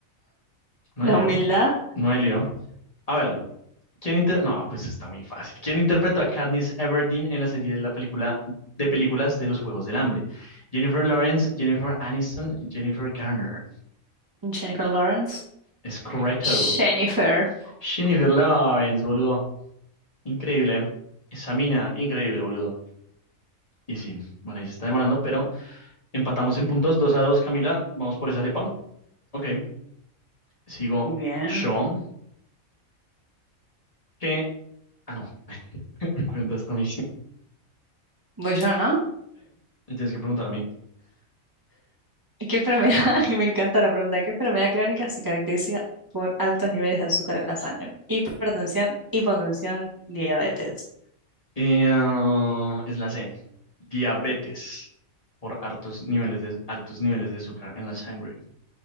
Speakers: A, on the left; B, on the right.
A: No
B: La
A: hay lío.
B: humildad.
A: No hay lío. A ver, ¿quién inter... No, pues está muy fácil. ¿Quién interpreta a Katniss Everdeen en la serie de la película de películas de los Juegos del Hambre? Jennifer Lawrence, Jennifer Aniston, Jennifer Garner.
B: Jennifer Lawrence.
A: Es correcto.
B: Jennifer.
A: Jennifer Lawrence, boludo. Increíble. Esa mina, increíble, boludo. Y sí, bueno, ahí se está demorando, pero Empatamos en puntos dos a dos Camila. Vamos por esa arepa. Ok, sigo
B: Bien.
A: yo. Que. Ah, no. <laughs> Me preguntaste a mí. Sí,
B: Voy yo, ¿no?
A: me tienes que preguntar a mí.
B: ¿Qué enfermedad? <laughs> Me encanta la pregunta. ¿Qué enfermedad crónica se caracteriza por altos niveles de azúcar en la sangre? Hipertensión, hipotensión, diabetes.
A: Eh, ah, es la C. Diabetes por hartos niveles de, altos niveles de azúcar en la sangre.